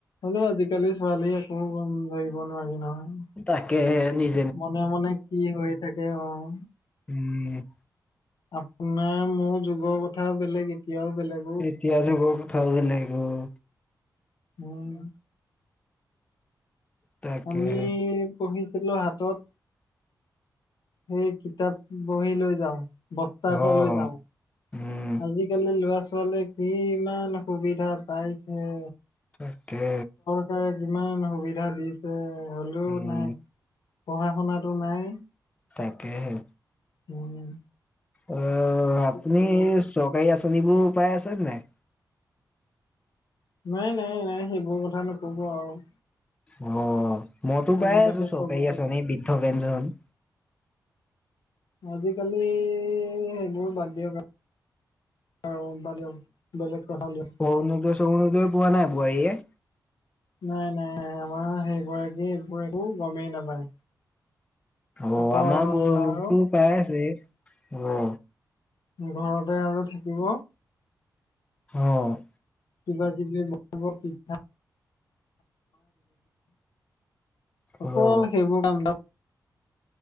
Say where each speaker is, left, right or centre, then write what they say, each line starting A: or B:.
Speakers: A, on the left; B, on the left.
A: হ'লে আজিকালি ছোৱালী একো গ'ম ধৰিব নোৱাৰি নহয়।
B: তাকেহে নিজ
A: মনে মনে কি হৈ থাকে অ'।
B: উম।
A: আপোনাৰ মোৰ যুগৰ কথাও বেলেগ এতিয়াও বেলেগ।
B: এতিয়া যে গৈ কথাও বেলেগ হ'ল।
A: উম।
B: তাকেহে
A: আমি, পঢ়িছিলো হাতত সেই কিতাপ বহী লৈ যাওঁ। বস্তা
B: অ',
A: এটা লৈ যাওঁ।
B: উম,
A: আজিকালি ল'ৰা ছোৱালীয়ে কি ইমান সুবিধা পাইছে।
B: তাকে।
A: চৰকাৰে কিমান সুবিধা দিছে, হ'লেও
B: উম,
A: নাই পঢ়া শুনাটো নাই।
B: তাকে হে,
A: উম।
B: অ'আপুনি
A: কি কৰিব
B: চৰকাৰী আঁচনিবোৰ পাই আছে নাই?
A: নাই, নাই, নাই সেইবোৰ কথা নক'ব আৰু
B: অ' মইতো
A: আজিকালি
B: পায়ে আছো চৰকাৰী
A: চবতে
B: আচনিৰ এই বৃদ্ধ পেঞ্জন।
A: আজিকালি সেইবোৰ বাদ দিয়ক আ। আৰু বাদ দিয়ক বেলেগ কথা উলিয়াওক।
B: অৰুণোদয়চ অৰুণোদয় পোৱা নাই বোৱাৰীয়ে।
A: নাই, নাই, নাই আমাৰ সেই গৰাকীয়ে এইবোৰ একো গমেই নাপায়।
B: অ'
A: অকল
B: আমাৰ বৌ
A: আৰু
B: তো পাই আছে অ'
A: ঘৰতে আৰু থাকিব।
B: অ'
A: কিবা কিবি <unintelligible> অকল
B: অ',
A: সেইবোৰ কাম